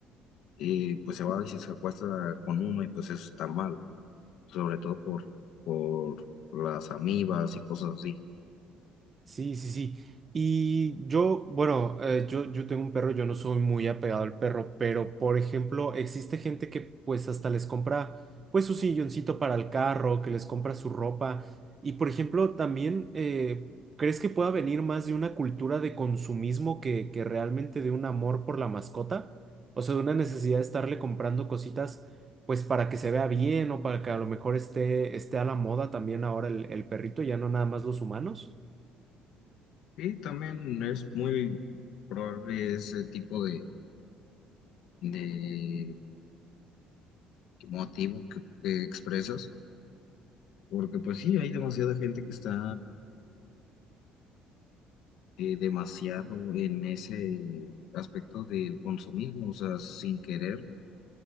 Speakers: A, on the left (about 70°); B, on the right (about 25°).
A: eh, pues, se va y se acuesta con uno y, pues, eso está mal, sobre todo por, por las amibas y cosas así.
B: Sí, sí, sí. Y yo, bueno, eh, yo, yo tengo un perro, yo no soy muy apegado al perro, pero por ejemplo, existe gente que pues hasta les compra pues su silloncito para el carro, que les compra su ropa. Y por ejemplo, también, eh, ¿crees que pueda venir más de una cultura de consumismo que, que realmente de un amor por la mascota? O sea, de una necesidad de estarle comprando cositas pues para que se vea bien o para que a lo mejor esté, esté a la moda también ahora el, el perrito, ya no nada más los humanos.
A: Y también es muy probable ese tipo de de motivo que, que expresas, porque pues sí, hay demasiada gente que está eh, demasiado en ese aspecto del consumismo, o sea, sin querer,